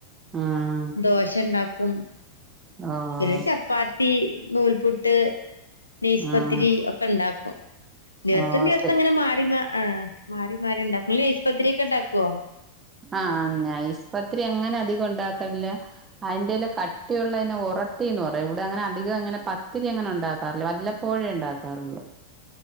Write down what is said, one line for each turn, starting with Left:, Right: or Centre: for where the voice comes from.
Right: ആഹ്
Left: ദോശണ്ടാക്കും
Right: ഓഹ്
Left: പിന്നെ ചപ്പാത്തി നൂൽപുട്ട് നെയ്സ്പത്തിരി
Right: ആഹ്
Left: ഒ ഇപ്പണ്ടാക്കും ദിവസം
Right: ഓഹ്
Left: ദിവസം
Right: ശെ
Left: ഇങ്ങനെ മാറി മാ ആ മാറി മാറിണ്ടാക്കും <unintelligible> പത്തിരിയൊക്കെണ്ടാക്കോ
Right: ആഹ് നെയ്സ്പത്തിരി അങ്ങനെ അധികം ഉണ്ടാക്കലില്ല അതിന്റെല്ലേ കട്ടിയുള്ളതിനെ ഉറട്ടിന്ന് പറയും ഇവിടെങ്ങനെ അധികം ഇങ്ങനെ പത്തിരിങ്ങനെ ഉണ്ടാക്കാറില്ല വല്ല പ്പോഴേണ്ടാക്കാറുള്ളൂ